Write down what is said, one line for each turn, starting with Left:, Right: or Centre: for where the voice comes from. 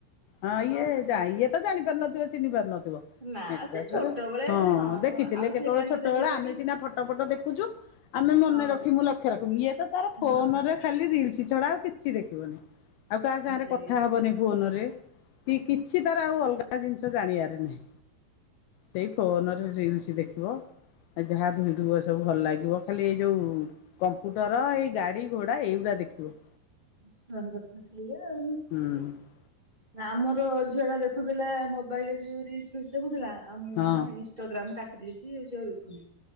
Left: ହଁ ଇଏ ଯା ଇଏ ତ ଜାଣିପାରନଥିବା ଚିହ୍ନି ପାରୁନଥିବ।
Right: ନା
Left: ଏଟା
Right: ସେ ଛୋଟବେଳେ
Left: ତାର ହଁ ଦେଖିଥିଲେ
Right: ଆଉ
Left: କେତେବଳେ
Right: ସେ କାହିଁ
Left: ଛୋଟ
Right: ତ ଦେଖିଲେ
Left: ବେଳ ଆମେ
Right: କି
Left: ସିନା ଫଟ ଫଟ ଦେଖୁଛୁ। ଆମେ ମନେ
Right: ହଁ
Left: ରଖି ମୁଁ ଲକ୍ଷ୍ୟ ରଖିମୁଁ ଇଏ ତ ତାର ଫୋନରେ
Right: ହଁ
Left: ଖାଲି ରିଲସ୍ ଛଡା ଆଉ କିଛି ଦେଖିବନି। ଆଉ କାହା
Right: ଆଉ
Left: ସାଙ୍ଗେରେ
Right: ସେଇଆ
Left: କଥା ହବନି ଫୋନରେ କି କିଛି ତାର ଆଉ ଅଲଗା ଜିନିଷ ଜାଣିବାରେ ନାହିଁ। ସେଇ ଫୋନରେ ରିଲସ୍ ଦେଖିବ। ଆଉ ଯାହା ଭିଡୁଅ ସବୁ ଭଲ ଲାଗିବ ଖାଲି ଏଇ ଯୋଉ କମ୍ପୁଟର ଏଇ ଗାଡି ଘୋଡା ଏଇଗୁଡା ଦେଖିବ।
Right: ସଙ୍ଗତ ସେଇଆ ଆଉ।
Left: ହୁଁ।
Right: ଆମର ଝିଅ ଟା ଦେଖୁଥିଲା ମୋବାଇଲରେ ଯୋଉ ରିଲସ୍ ଦେଖୁଥିଲା ଆଉ ମୁଁ
Left: ହଁ
Right: ଇନଷ୍ଟଗ୍ରାମ କାଟି ଦେଇଚି ଆଉ ସେ ଆଉ ଦେଖୁନି।